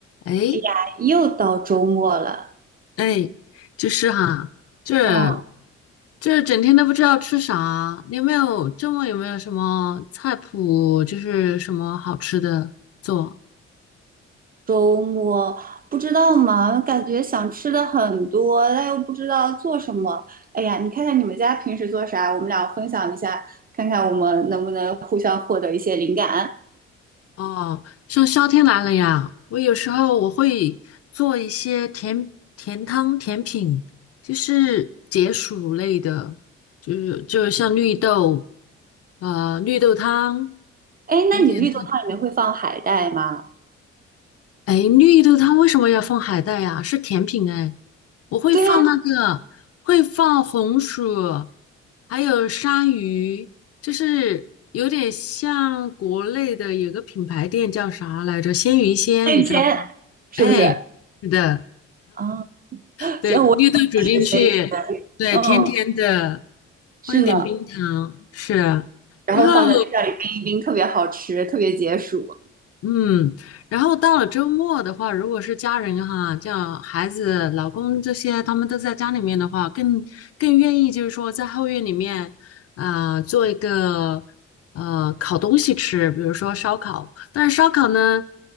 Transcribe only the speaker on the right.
哎呀，又到周末了，
嗯，
周末不知道嘛，感觉想吃的很多，但又不知道做什么。哎呀，你看看你们家平时做啥，我们俩分享一下，看看我们能不能互相获得一些灵感。
哎，那你绿豆汤里面会放海带吗？
对呀，
那以前
是不是？
啊，
所以我只是随缘
嗯，
是呢，
然后放在冰箱里冰一冰，
特别好吃，特别解暑。